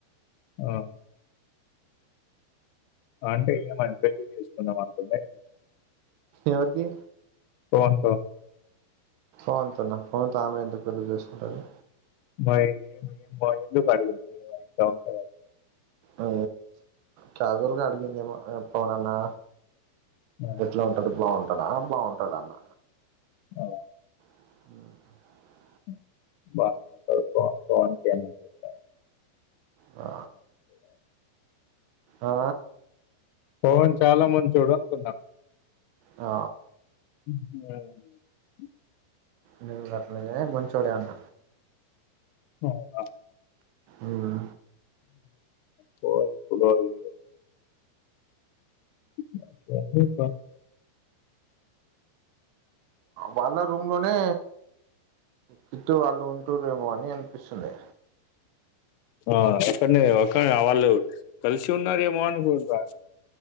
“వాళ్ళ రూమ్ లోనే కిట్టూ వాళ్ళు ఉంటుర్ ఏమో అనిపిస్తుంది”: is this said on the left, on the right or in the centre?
Right